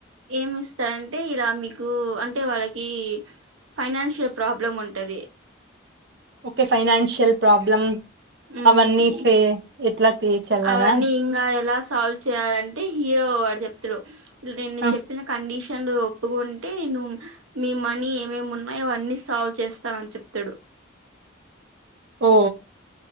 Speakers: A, on the right; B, on the right.
A: ఏమి ఇస్తాడంటే ఇలా మీకు అంటే వాళ్ళకి ఫైనాన్షియల్ ప్రాబ్లం ఉంటది
B: ఓకే ఫైనాన్షియల్ ప్రాబ్లం
A: హ్మ్
B: అవన్నీ ఫే ఎట్లా తీర్చాలనా
A: అవన్నీ ఇంగ ఎలా సాల్వ్ చేయాలంటే హీరో వాడు చెప్తాడు నేను
B: ఆ,
A: చెప్పిన కండిషన్లు ఒప్పుకుంటే ను మీ మనీ ఏమేమ్ ఉన్నాయో అన్నీ సాల్వ్ చేస్తా అని చెప్తాడు
B: ఓ